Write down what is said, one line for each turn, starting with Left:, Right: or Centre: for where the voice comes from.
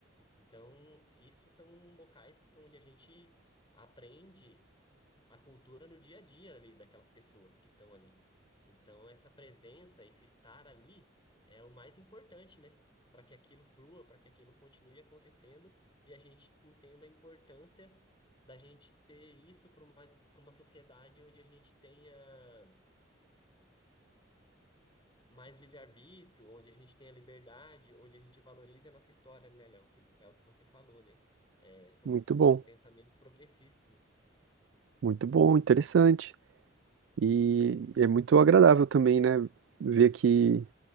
Left: Então, isso são locais que- onde a gente aprende a cultura no dia a dia ali daquelas pessoas que estão ali. Então, essa presença, esse estar ali é o mais importante, né? Para que aquilo frua, para que aquilo continue acontecendo e a gente entenda a importância da gente ter isso para uma, para uma sociedade onde a gente tenha mais livre-arbítrio, onde a gente tenha liberdade, onde a gente valorize a nossa história, né, Léo? Que é o que você falou, né? É, são,
Right: Muito
Left: são
Right: bom,
Left: pensamentos progressistas, né?
Right: muito bom, interessante. E é muito agradável também, né, ver que